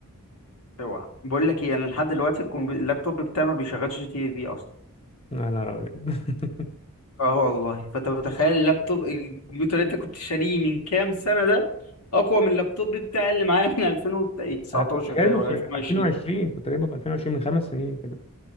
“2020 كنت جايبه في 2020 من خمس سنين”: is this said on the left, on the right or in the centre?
Left